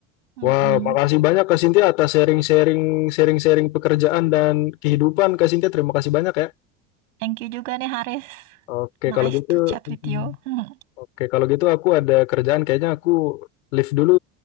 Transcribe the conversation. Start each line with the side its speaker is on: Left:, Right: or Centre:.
Left: Wah,
Right: Mm-mm.
Left: makasih banyak Kak Sintia atas sharing-sharing sharing-sharing pekerjaan dan kehidupan Kak Sintia. Terima kasih banyak ya.
Right: Thank you juga nih Haris.
Left: Oke,
Right: Nice
Left: kalau gitu
Right: to chat
Left: mm,
Right: with you. <laughs>
Left: Oke, kalau gitu aku ada kerjaan kayaknya aku live dulu.